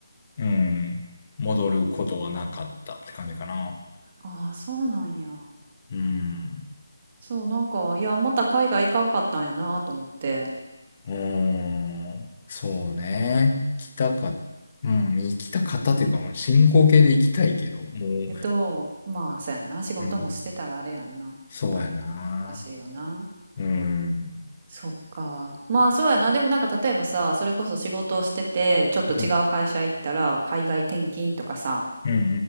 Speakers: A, on the left; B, on the right.
A: うん。戻ることはなかったって感じかな。
B: ああ、そうなんや。
A: うん。
B: そう、なんか、いや、また海外行かんかったんやなと思って。
A: うーん。そうね。行きたか、うん。行きたかったっていうか、もう進行形で行きたいけど、もう、
B: けど、まあ、そうやんな。仕事もしてたらあれやんな。
A: うん。
B: やっぱり。
A: そうやな。
B: 難しいよな。
A: うん。
B: そっか。まあ、そうやな。でもなんか、例えばさ、それこそ仕事をしてて、ちょっと違う会社行ったら、
A: うん。
B: 海外転勤とかさ、
A: うんう